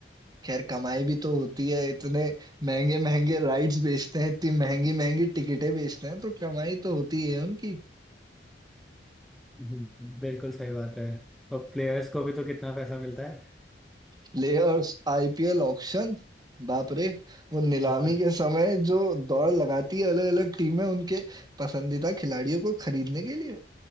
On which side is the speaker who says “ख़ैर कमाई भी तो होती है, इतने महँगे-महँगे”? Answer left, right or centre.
Right